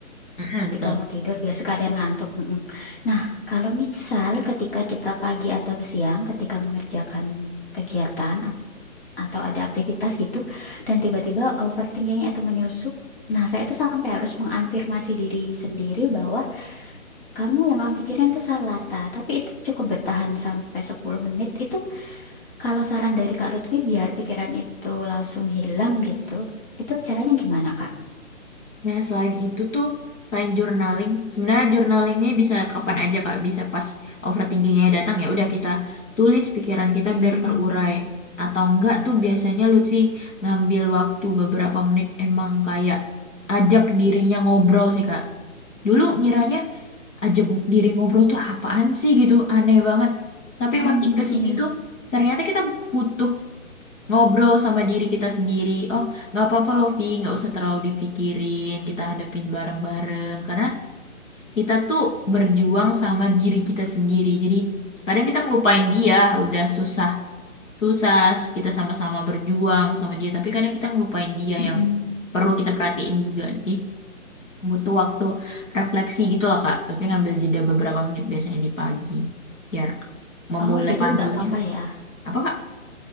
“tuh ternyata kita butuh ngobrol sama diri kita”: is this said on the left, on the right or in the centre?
Left